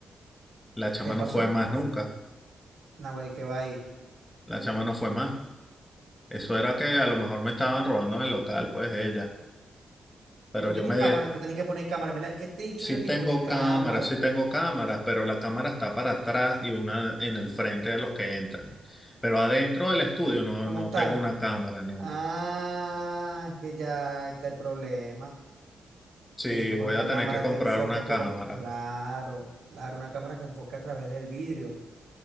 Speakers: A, on the left (about 20°); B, on the right (about 80°).
A: la chama
B: ¿qué pasó?
A: no fue más nunca,
B: Nahuel, ¿y ¿qué va ahí?
A: la chama no fue más. Eso era que a lo mejor me estaban robando en el local, pues ella. Pero
B: Tú no
A: yo
B: tienes
A: me,
B: cámara, tú tienes que poner cámara. Mira, ¿qué te he dicho
A: sí
B: yo a ti?
A: tengo
B: Poner cámara
A: cámaras, sí tengo cámaras, pero la cámara está para atrás y una en el frente de los que entran. Pero adentro del estudio no,
B: como
A: no
B: tal.
A: tengo una cámara, no.
B: Ah, es que ya ahí está el problema.
A: Sí,
B: Tienes que
A: voy
B: poner una
A: a tener
B: cámara
A: que comprar
B: que enfoque
A: una
B: por
A: cámara.
B: lo... Claro, claro, una cámara que enfoque a través del vidrio.